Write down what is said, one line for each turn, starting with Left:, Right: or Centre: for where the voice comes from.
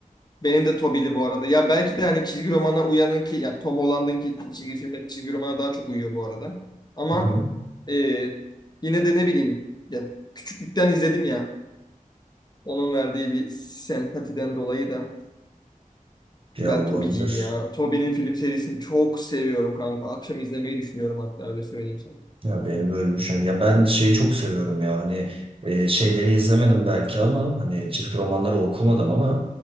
Left: Benim de Tobey'li bu arada. Ya belki de hani çizgi romana uyanın ki ya Tom Holland'ın ki çizgi filme çizgi romana daha çok uyuyor bu arada. Ama
Right: Hı hı.
Left: e, yine de ne bileyim ya küçüklükten izledim ya. Onun verdiği bir sempatiden dolayı da
Right: Ya
Left: ben
Right: olabilir.
Left: Tobey'ciyim ya. Tobey'nin film serisini çok seviyorum kanka. Akşam izlemeyi düşünüyorum hatta öyle söyleyeyim sana.
Right: Ya benim böyle bir şey. Ya ben şeyi çok seviyorum ya hani e, şeyleri izlemedim belki ama hani çizgi romanları okumadım ama